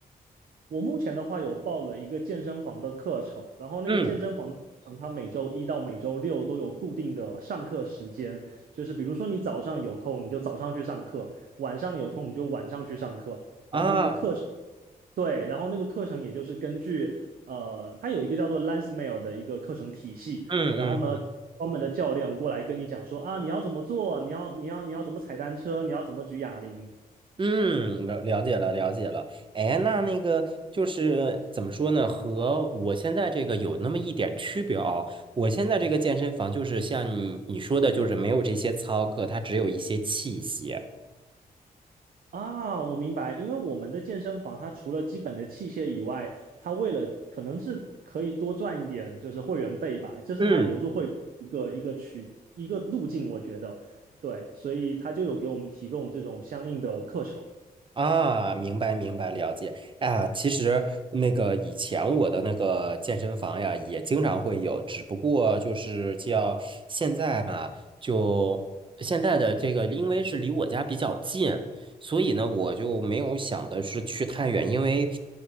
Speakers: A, on the right (about 65°); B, on the right (about 30°).
A: 我目前的话有报了一个健身房的课程，然后那个健身房的课程它每周一到每周六都有固定的上课时间，
B: 嗯，
A: 就是比如说你早上有空你就早上去上课，晚上有空你就晚上去上课，
B: 啊，
A: 然后那个课程。对，然后那个课程也就是根据呃，它有一个叫做 Lansmeyer 的一个课程体系，
B: 嗯嗯
A: 然后呢，专门的教练过来跟你讲说啊，你要怎么做，你要你要你要怎么踩单车，你要怎么举哑铃
B: 嗯，了了解了，了解了。哎，那那个就是怎么说呢？和我现在这个有那么一点区别哦。我现在这个健身房就是像你你说的，就是没有这些操课，它只有一些器械。
A: 啊，我明白，因为我们的健身房它除了基本的器械以外，它为了可能是可以多赚一点就是会员费吧，就是它留住会员一个一个渠一个路径，
B: 嗯，
A: 我觉得对，所以它就有给我们提供这种相应的课程。
B: 啊，明白明白，了解。啊，其实那个以前我的那个健身房呀，也经常会有，只不过就是叫现在吧，就现在的这个，因为是离我家比较近，所以呢，我就没有想的是去太远，因为